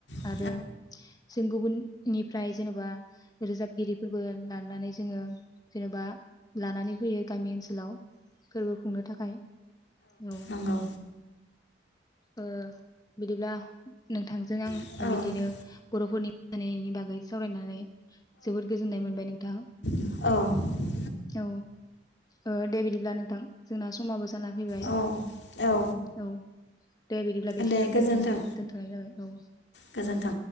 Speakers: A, on the left; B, on the left.
A: औ
B: आरो जों गुबुन निफ्राय जेनबा रोजाबगिरिफोरबो लानानै जोङो जेनबा लानानै फैयो गामि ओनसोलाव फोरबो खुंनो थाखाय औ
A: नंगौ
B: ओ बिदिब्ला नोंथां जों आं
A: औ
B: बिदिनो बर'फोरनि <unintelligible> बागै सावरायनानै जोबोद गोजोननाय मोनबाय नों थां
A: औ
B: औ ओ दे बिदिब्ला नोंथां जोंना समाबो जाना फैबाय
A: औ औ औ
B: औ <inaudible> दे बिदिब्ला बेखिनियावनो
A: दे गोजोन्थों
B: दोनथ'नाय था दोनथ'नाय जाबाय औ
A: गोजोन्थों।